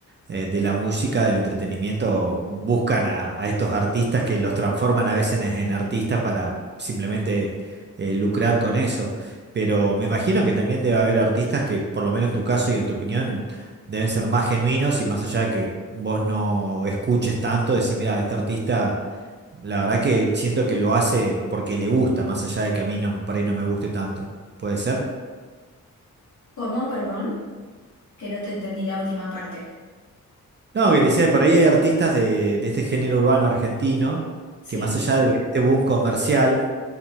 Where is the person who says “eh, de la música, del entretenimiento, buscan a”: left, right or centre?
Right